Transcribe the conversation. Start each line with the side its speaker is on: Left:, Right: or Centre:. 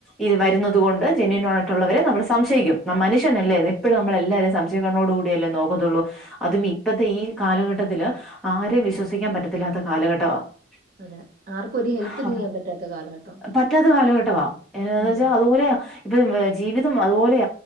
Centre: ഇത് വരുന്നുന്നത് കൊണ്ട് ജെന്യൂൻ ള്ളവരെ നമ്മൾ സംശയിക്കും <inaudible> മുഷ്യനല്ലേ
Right: അതെ.
Centre: എപ്പഴും നമ്മള് എല്ലാരരയും സംശയകണ്ണോട് കൂടിയല്ലേ നോക്കാത്തൊള്ളൂ അതും
Right: ഉം.
Centre: ഇപ്പത്തെ ഈ കാലഘട്ടത്തില് ആരെ വിശ്വസിക്കാൻ പറ്റത്തില്ലാത്ത കാലഘട്ടവാ. <inaudible>
Right: അതെ. ആർക്കും ഒരു ഹെൽപ്പ് ചെയ്യാൻ പറ്റാത്ത കാലഘട്ടം.
Centre: പറ്റാത്ത കാലഘട്ടവാ എ <inaudible>
Right: ഉം.
Centre: വെച്ചാ അതുപോലെയ ഇപ്പ <inaudible> ജീവിതം അതുപോലെയ